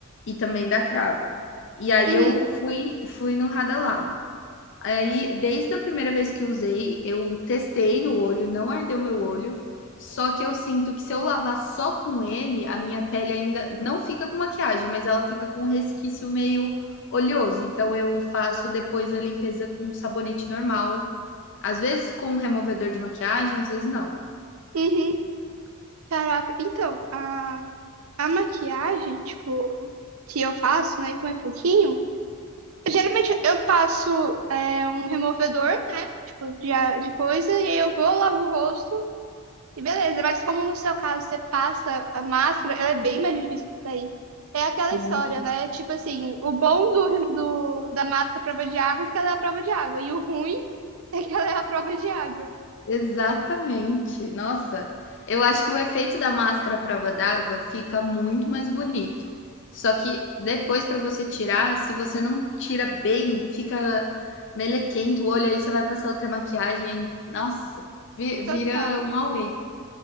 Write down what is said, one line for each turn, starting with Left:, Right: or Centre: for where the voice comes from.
Left: e também dá cravo. E aí
Right: Uhum,
Left: eu fui fui no Radalabo. Aí, desde a primeira vez que usei, eu testei no olho, não ardeu meu olho. Só que eu sinto que se eu lavar só com ele, a minha pele ainda não fica com maquiagem, mas ela fica com um resquício meio oleoso. Então eu faço depois a limpeza com sabonete normal, às vezes com um removedor de maquiagem, às vezes não.
Right: uhum, caraca. Então, a, a maquiagem, tipo, que eu faço, né, com é pouquinho. Geralmente eu passo é, um removedor, né? Tipo, de, a- de coisa, e aí eu vou, lavo o rosto E beleza, mas como no seu caso você passa a máscara, ela é bem mais difícil de sair. É aquela
Left: Não
Right: história, né? Tipo assim, o bom do, do- da máscara prova de água é que ela é a prova de água. E o ruim <laughs> é que ela é a prova de água.
Left: Exatamente. Nossa, eu acho que o efeito da máscara à prova d'água fica muito mais bonito. Só que depois para você tirar, se você não tira bem, fica melequento o olho, aí você vai passar outra maquiagem, aí nossa, vi vira
Right: Total.
Left: um auê.